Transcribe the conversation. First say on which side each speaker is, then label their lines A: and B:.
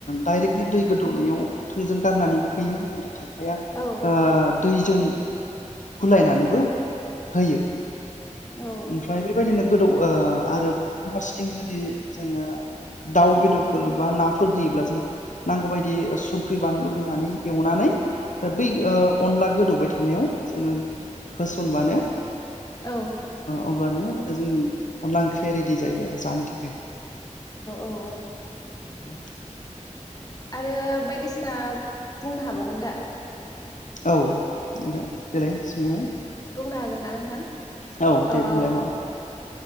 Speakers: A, on the left; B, on the left.
A: डाइरेक्टनो दै गोदौनायाव थोंजों गारनानैबो होयो <unintelligible> आया
B: औ
A: ओ दैजों गुलायनानैबो होयो
B: औ
A: ओमफ्राय बेबायदिनो गोदौ ओ आरो गुबुन फारसेथिं जुदि जोङो दाउ बेदरफोर बा नाफोर होयोब्ला जों नांगौबायायदि संख्रि बानलु होनानै एवनानै फ्राय बै ओ अनला गोदौबाय थानायाव जोङो होसनबानो
B: औ
A: अब्लानो जोंनि अनला ओंख्रिया रेडि जायो आरो जानो थाखाय
B: औ
A: <unintelligible>
B: आरो बायदिसिना बुंनो हाबावगोन दा?
A: औ नोंथां देलाय सोंलाय
B: बुंनो हागोन ना नोंथां?
A: औ दे
B: ओ
A: बुंलाय मा?